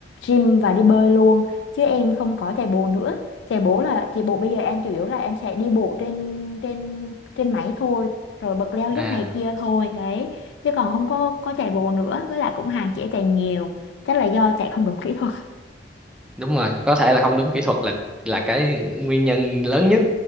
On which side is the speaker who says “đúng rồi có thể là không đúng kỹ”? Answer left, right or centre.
Centre